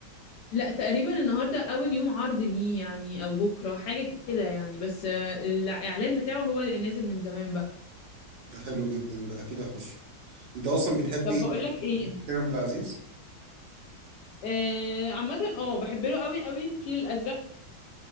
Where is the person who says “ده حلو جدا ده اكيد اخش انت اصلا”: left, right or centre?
Right